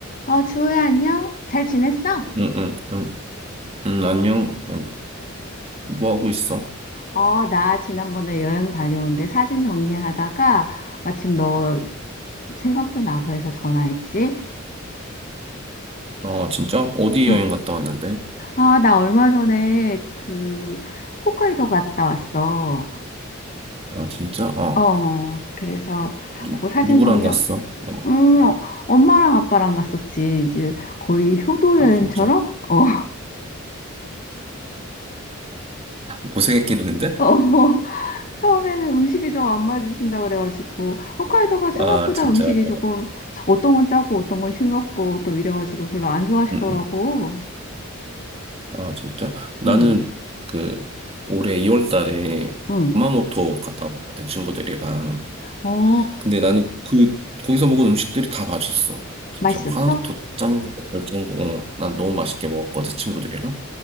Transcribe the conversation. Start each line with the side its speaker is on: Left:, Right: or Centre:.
Left: 어, 주호야, 안녕? 잘 지냈어?
Right: 응, 응, 응, 응, 안녕. 응, 뭐 하고 있어?
Left: 어, 나 지난번에 여행 다녀온데 사진 정리하다가 마침 너 생각도 나고 해서 전화했지?
Right: 아, 진짜? 어디
Left: 응.
Right: 여행 갔다 왔는데?
Left: 아, 나 얼마 전에 그 홋카이도 갔다 왔어.
Right: 아, 진짜? 어.
Left: 어, 그래서
Right: 누,
Left: 그 사진
Right: 누구랑
Left: 정리,
Right: 갔어? 어.
Left: 응, 어, 엄마랑 아빠랑 갔었지. 이제 거의 효도
Right: 아,
Left: 여행처럼?
Right: 진짜?
Left: 어,
Right: 고생했겠는데?
Left: <laughs> 어. 처음에는 음식이 좀 안 맞으신다 그래가지고 홋카이도가 생각보다
Right: 아, 진짜.
Left: 음식이
Right: 어.
Left: 조금 어떤 건 짜고 어떤 건 싱겁고 또 이래가지고 별로 안 좋아하시더라고.
Right: 응, 응. 아, 진짜? 나는
Left: 응,
Right: 그 올해 2월 달에
Left: 응.
Right: 구마모토 갔다 왔거든, 친구들이랑.
Left: 어,
Right: 근데 나는 그, 거기서 먹은 음식들이 다 맛있었어. 진짜
Left: 맛있었어?
Right: 뭐 하나도 더 짠, 거, 덜 짠, 거, 어, 난 너무 맛있게 먹었거든, 친구들이랑.